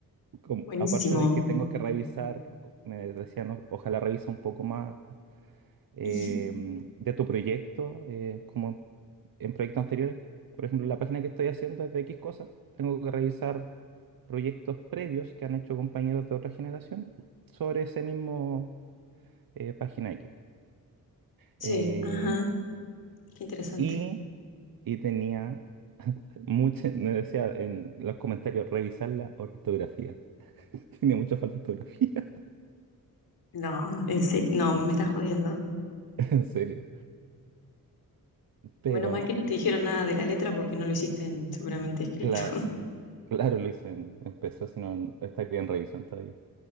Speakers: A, on the right; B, on the left.
A: como-
B: Buenísimo.
A: aparte de que tengo que revisar, me decían, "O- ojalá revisa un poco más eh,
B: <laughs>
A: de tu proyecto, eh, como en proyectos anteriores. Por ejemplo, la página que estoy haciendo es de X cosas. Tengo que revisar proyectos previos que han hecho compañeros de otras generaciones sobre ese mismo eh, página X.
B: Sí,
A: Eh,
B: ajá. Qué interesante.
A: y, y tenía mucha, me decía en los comentarios, revisar la ortografía. <laughs> Tenía mucha falta de ortografía,
B: No, en serio, no, me estás jodiendo.
A: <laughs> en serio. Pero,
B: Bueno, mal que no te dijeron nada de la letra porque no lo hiciste en- seguramente escrito.
A: cla- claro, lo hice en, en PC, si no estaría en revisión todavía.